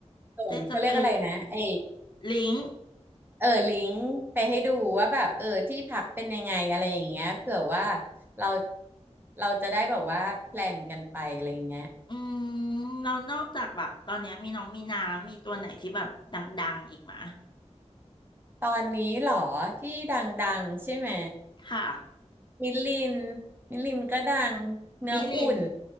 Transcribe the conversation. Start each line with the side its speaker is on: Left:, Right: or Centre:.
Right: ส่งเขาเรียกอะไรนะไอ้
Left: เจ๊จะไปลิงก์
Right: เออลิงก์ไปให้ดูว่าแบบเออที่พักเป็นยังไงอะไรอย่างเงี้ยเผื่อว่าเราเราจะได้แบบว่าแพลนกันไปอะไรอย่างเงี้ย
Left: อืมเรานอกจากแบบตอนเนี้ยมีน้องมีนาแล้วมีตัวไหนที่แบบดังๆอีกมะ
Right: ตอนนี้เหรอที่ดังๆใช่ไหม
Left: ค่ะ
Right: มิลลินมิลลินก็ดังเนื้ออุ่น
Left: มิลิน